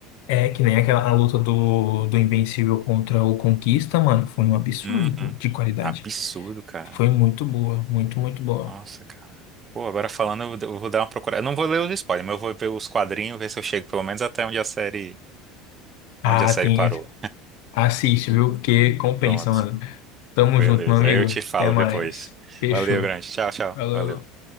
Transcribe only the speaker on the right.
Uhum.
Absurdo, cara.
Nossa, cara. Pô, agora falando, eu eu vou dar uma procurada. Eu não vou ler os spoilers, mas eu vou ver os quadrinhos, ver se eu chego pelo menos até onde a série,
onde a série
parou.
Pronto.
Beleza,
aí eu te falo
depois.
Valeu, grande. Tchau, tchau.
Valeu.